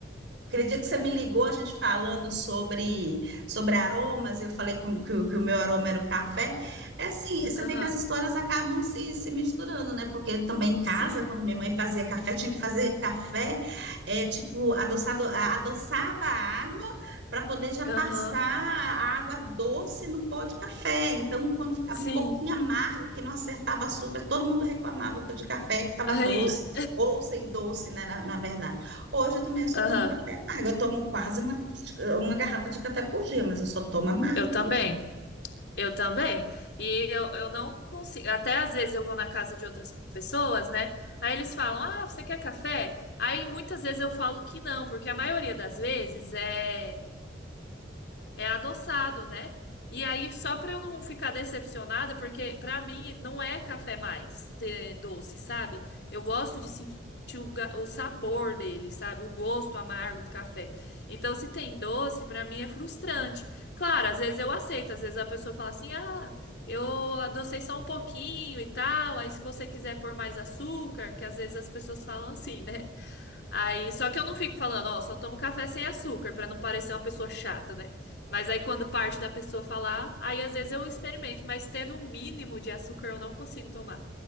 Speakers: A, on the right; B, on the left.
A: Acredito que você me ligou a gente falando sobre, sobre aromas, eu falei que, o- que, o que o meu aroma era o café. É assim, você
B: Aham.
A: vê que as histórias acabam se, se misturando, né? Porque também em casa,
B: Sim.
A: quando minha mãe fazia café, tinha que fazer café, é, tipo, adoçado, a- adoçava a água para poder já
B: Aham.
A: passar a água doce no pó de café. Então, quando ficava
B: Sim.
A: um pouquinho amargo, que não acertava açúcar, todo mundo reclamava que o de café que estava
B: Aí.
A: doce, ou sem doce, né? na na verdade. Hoje eu também só
B: Aham.
A: tomo café amargo. Eu tomo quase uma, uma garrafa de café por dia, mas eu só tomo amargo
B: Eu também.
A: também.
B: Eu também. E eu, eu não consigo. Até às vezes eu vou na casa de outras pessoas, né? Aí eles falam: Ah, você quer café? Aí muitas vezes eu falo que não, porque a maioria das vezes é. É adoçado, né? E aí, só para eu não ficar decepcionada, porque para mim não é café mais ter doce, sabe? Eu gosto de sentir o, ga- o sabor dele, sabe? O gosto amargo do café. Então, se tem doce, para mim é frustrante. Claro, às vezes eu aceito, às vezes a pessoa fala assim: ah, eu adocei só um pouquinho e tal. Aí, se você quiser pôr mais açúcar, que às vezes as pessoas falam assim, né? Aí, só que eu não fico falando, ó, só tomo café sem açúcar, pra não parecer uma pessoa chata, né? Mas aí quando parte da pessoa falar, aí às vezes eu experimento, mas tendo o mínimo de açúcar eu não consigo tomar.